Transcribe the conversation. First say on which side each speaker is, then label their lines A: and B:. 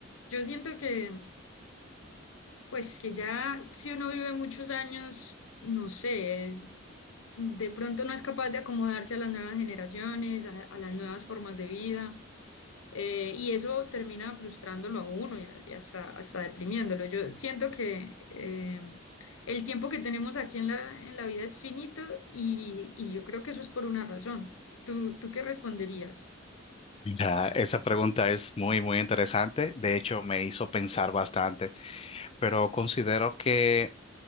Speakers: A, on the left; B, on the left.
A: yo siento que, pues que ya si uno vive muchos años, no sé, de pronto no es capaz de acomodarse a las nuevas generaciones, a a las nuevas formas de vida. Eh, y eso termina frustrándolo a uno y, a- y hasta, hasta deprimiéndolo. Yo siento que eh, el tiempo que tenemos aquí en la, en la vida es finito y, y yo creo que eso es por una razón. ¿Tú, tú qué responderías?
B: Mira, esa pregunta es muy, muy interesante. De hecho, me hizo pensar bastante, pero considero que